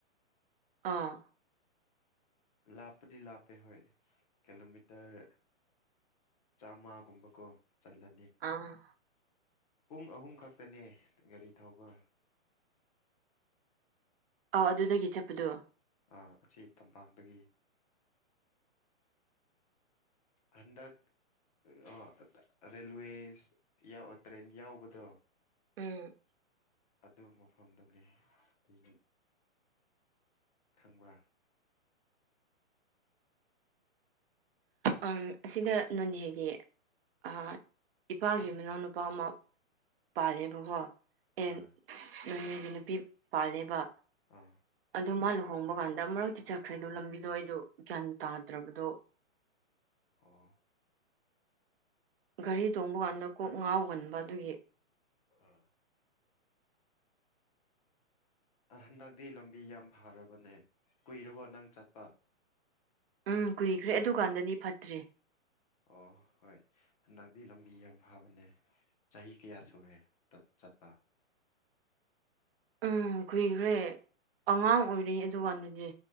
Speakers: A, on the right; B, on the left.
A: ꯑꯥ
B: ꯂꯥꯞꯄꯗꯤ ꯂꯥꯞꯄꯦ ꯍꯣꯏ ꯀꯦꯂꯣꯃꯤꯇꯔ ꯆꯥꯝꯃꯒꯨꯝꯕꯀꯣ ꯆꯠꯂꯅꯤ
A: ꯑꯥꯡ
B: ꯄꯨꯡ ꯑꯍꯨꯝ ꯈꯛꯇꯅꯦ ꯒꯥꯔꯤ ꯊꯧꯕ
A: ꯑꯧ ꯑꯗꯨꯗꯒꯤ ꯆꯠꯄꯗꯨ
B: ꯑꯥ ꯑꯁꯤ ꯇꯝꯄꯥꯛꯇꯒꯤ ꯍꯟꯗꯛ ꯑꯣ ꯑꯗ ꯔꯦꯜꯋꯦꯁ ꯌꯥꯎ ꯇ꯭ꯔꯦꯟ ꯌꯥꯎꯕꯗꯣ
A: ꯎꯝ
B: ꯑꯗꯨ ꯃꯐꯝꯗꯨꯅꯦ ꯑꯩꯅ ꯈꯪꯕ꯭ꯔꯥ
A: ꯑꯥꯡ ꯑꯁꯤꯅ ꯅꯣꯅꯦꯒꯤ ꯑꯥ ꯏꯄꯥꯒꯤ ꯃꯅꯥꯎꯅꯨꯄꯥ ꯑꯃ ꯄꯥꯜꯂꯦꯕꯀꯣ ꯑꯦꯟ
B: ꯑꯥ
A: ꯅꯣꯅꯦꯒꯤ ꯅꯨꯄꯤ ꯄꯥꯜꯂꯦꯕ
B: ꯑꯥ
A: ꯗꯣ ꯃꯥ ꯂꯨꯍꯣꯡꯕ ꯀꯥꯟꯗ ꯑꯃꯔꯛꯇꯤ ꯆꯠꯈ꯭ꯔꯦ ꯑꯗꯣ ꯂꯝꯕꯤꯗꯣ ꯑꯩꯗꯣ ꯒ꯭ꯌꯥꯟ ꯇꯥꯗ꯭ꯔꯕꯗꯣ
B: ꯑꯣ
A: ꯒꯥꯔꯤ ꯇꯣꯡꯕ ꯀꯥꯟꯗ ꯀꯣꯛ ꯉꯥꯎꯒꯟꯕ ꯑꯗꯨꯒꯤ
B: ꯑꯥ
A: <inaudible>
B: ꯑꯥ ꯍꯟꯗꯛꯇꯤ ꯂꯝꯕꯤ ꯌꯥꯝ ꯐꯔꯕꯅꯦ ꯀꯨꯏꯔꯕꯣ ꯅꯪ ꯆꯠꯄ
A: ꯎꯝ ꯀꯨꯏꯈ꯭ꯔꯦ ꯑꯗꯨꯀꯥꯟꯗꯗꯤ ꯐꯠꯇ꯭ꯔꯤ
B: ꯑꯣ ꯍꯣꯏ ꯍꯟꯗꯛꯇꯤ ꯂꯝꯕꯤ ꯌꯥꯝ ꯐꯕꯅꯦ ꯆꯍꯤ ꯀꯌꯥ ꯁꯨꯔꯦ ꯇꯠ ꯆꯠꯄ
A: ꯎꯝ ꯀꯨꯏꯈ꯭ꯔꯦ ꯑꯉꯥꯡ ꯑꯣꯏꯔꯤ ꯑꯗꯨꯀꯥꯟꯗꯗꯤ